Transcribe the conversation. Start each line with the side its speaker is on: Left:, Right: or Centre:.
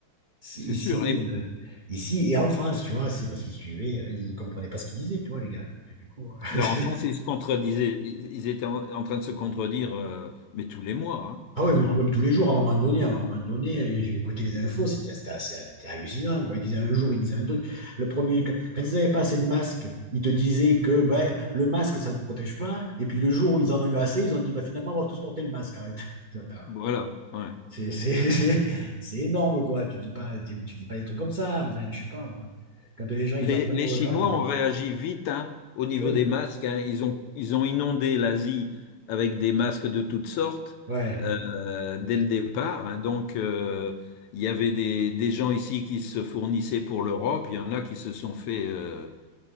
Right: C'est
Left: c'est
Right: Ici,
Left: sûr. Et
Right: euh, ici et en France, tu vois, c'est parce qu'ils suivaient, euh, ils comprenaient pas ce qu'ils disaient, tu vois, les gars. Donc, du coup,
Left: ben,
Right: euh, <laughs>
Left: en France, ils se contredisaient, ils, ils étaient en, en train de se contredire, euh, mais tous les mois, hein, quasiment.
Right: ah ouais, même tous les jours, à un moment donné, à un moment donné, euh, j'ai écouté les infos, c'était c'était assez c'était hallucinant, quoi. Ils disaient un jour, ils disaient un truc. Le premier, quand, quand ils n'avaient pas assez de masques, ils te disaient que ben, le masque, ça ne te protège pas. Et puis le jour où ils en ont eu assez, ils ont dit, bah, finalement, on va tous porter le masque. arrête. <laughs>
Left: Voilà. Ouais.
Right: C'est c'est- <laughs> c'est- c'est énorme, quoi. Tu dis pas, tu, tu dis pas des trucs comme ça. Je sais pas, moi. Quand les gens, ils
Left: Les,
Right: apprennent
Left: les
Right: aux
Left: Chinois
Right: gens.
Left: ont réagi vite hein, au niveau
Right: Oui.
Left: des masques. hein. Ils ont, ils ont inondé l'Asie avec des masques de toutes sortes
Right: Ouais.
Left: euh, dès le départ. hein. Donc, euh, il y avait des, des gens ici qui se fournissaient pour l'Europe. Il y en a qui se sont fait, euh,